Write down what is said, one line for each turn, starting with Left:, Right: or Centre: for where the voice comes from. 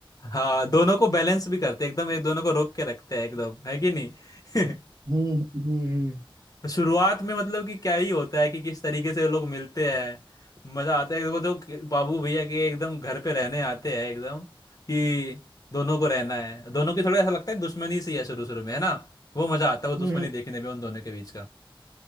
Left: हाँ दोनों को बैलेंस भी करते हैं एकदम एक दोनों को रोक के रखते हैं एकदम है कि नहीं <laughs>
Right: हम्म हम्म हम्म
Left: शुरुआत में मतलब कि क्या ही होता है कि किस तरीके से लोग मिलते हैं मजा आता है वो तो बाबू भैया के एकदम घर पे रहने आते हैं एकदम कि दोनों को रहना है दोनों की थोड़ा ऐसा लगता है दुश्मनी सी है शुरू शुरू में है ना वो मजा आता है वो दुश्मनी
Right: हम्म,
Left: देखने में उन दोनों के बीच